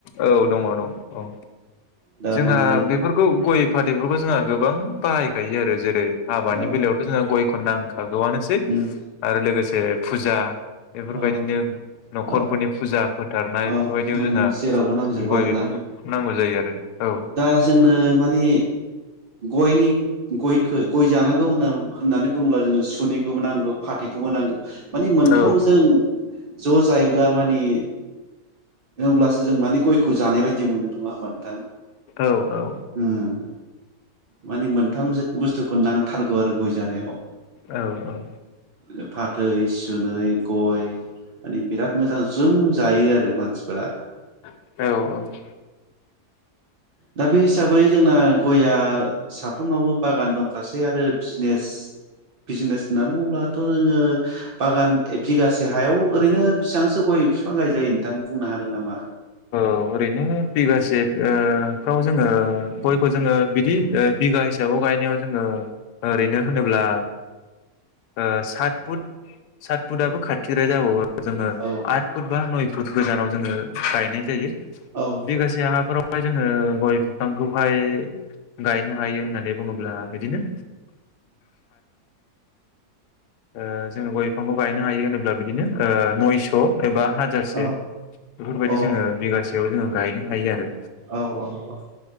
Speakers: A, on the left; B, on the right.
A: औ दङ दं औ।
B: दा
A: जोंहा
B: माने
A: बेफोरखौ गय फाथैबो खौबो जोंहा गोबां बाहायखायो आरो जेरै हाबानि
B: औ
A: बेलायावथ' जोंहा गयखौ नां खागौआनोसै
B: उम
A: आरो लोगोसे जे फुजा बेफोरबायदिनो
B: औ
A: न'खरफोरनि
B: औ
A: फुजा फोथारनाय
B: औ
A: बेफोरबायदियाव
B: माने
A: जोंहा
B: जेरावबो नांजोबो
A: गय
B: आरोना
A: बिफांफोरखौ नांगौ जायो आरो औ
B: दा जोंनो माने गयनि गयखो गय जानांगौ होनना होननानै बुंङोब्ला जोङो सु सुनैखौबो नांगौ फाथै खौबो नांगौ। माने मोनथामजों
A: औ
B: ज' जायोब्ला माने अब्लासो जों माने गयखौ जानाय बायदि मोनो नङा होमबा नोंथां?
A: औ औ।
B: उम माने मोनथाम जोथ बुस्थुखौ नांथारगौ आरो गय जानायाव।
A: औ औ
B: ओ फाथै, सुनै, गय माने बिराद मोजां जोम जायो आरो मानसिफोरा।
A: औ औ
B: दा बे हिसाबै जोंना गयआ साफ्रोमनावबो बागान दंखासै आरो बिजनेस बिजनेस होननानै बुंब्लाथ' जोंङो बागान बिगासे हायाव ओरैनो बेसेबांसो गय बिफां गाय जायो नोंथां? बुंनो हागोन नामा?
A: औ ओरैनो बिगासे ओ फ्राव जोंङो गयखौ जोंङो बिदि बिगा हिसाबाव गायनायाव जोंङो ओरैनो होनोब्ला ओ सात फुट सात फुटआबो खाथिद्राय जाबावो। जोङो
B: औ
A: आट फुट बा नय फुट गोजानाव जोङो गायनाय। जायो।
B: औ
A: बिगसे हाफोराव ओमफाइ जोङो गय बिफांखौहाय गायनो हायो होननानै बुङोब्ला बिदिनो ओ जोङो गय बिफांखौ गायनो ओ नयस एबा हाजारसे
B: औ
A: बेफोरबायदि
B: औ
A: जोङो बिगासेयाव जोङो गायनो हायो आरो
B: औ औ औ